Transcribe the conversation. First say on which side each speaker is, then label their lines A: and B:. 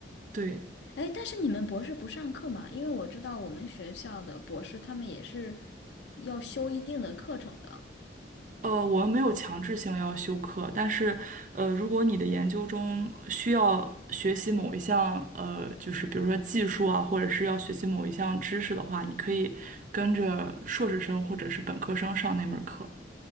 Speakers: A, on the right (about 45°); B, on the left (about 75°).
A: 对，
B: 哎，但是你们博士不上课嘛？因为我知道我们学校的博士他们也是要修一定的课程的。
A: 呃，我们没有强制性要修课，但是，呃，如果你的研究中需要学习某一项，呃，就是比如说技术啊，或者是要学习某一项知识的话，你可以跟着硕士生或者是本科生上那门课。